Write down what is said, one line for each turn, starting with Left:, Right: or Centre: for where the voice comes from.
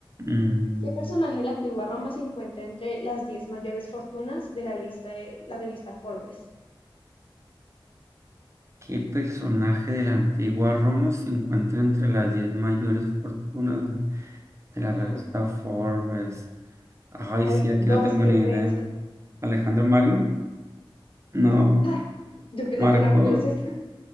Right: Mm,
Left: ¿Qué personaje de la antigua Roma se encuentra entre las 10 mayores fortunas de la lista de la revista Forbes?
Right: ¿qué personaje de la antigua Roma se encuentra entre las 10 mayores fortunas de la
Left: Mm,
Right: revista Forbes? Ay,
Left: hay
Right: sí, aquí
Left: dos
Right: no tengo
Left: que
Right: ni
Left: pueden
Right: idea.
Left: ser.
Right: Alejandro Magno, no,
Left: No, <laughs> Ah, yo pensé
Right: Marco,
Left: que era Julio César.